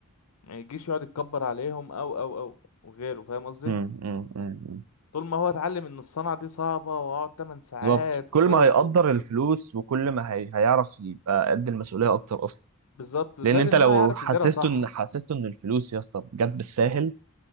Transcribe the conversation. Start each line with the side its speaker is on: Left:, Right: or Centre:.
Left: ما يجيش يقعد يتكبر عليهم او او او وغيره فاهم قصدي
Right: امم
Left: طول ما هو اتعلم ان الصنعه دي صعبه واقعد 8 ساعات
Right: بالظبط كل
Left: وجهد
Right: ما هيقدر
Left: ومش
Right: الفلوس
Left: عارف
Right: وكل ما هي... هيعرف يبقى قد المسؤوليه اكتر اصلا
Left: بالظبط زائد
Right: لان انت
Left: ان
Right: لو
Left: هو هيعرف
Right: حسسته
Left: يديرها صح
Right: ان حسسته ان الفلوس يا اسطى جت بالساهل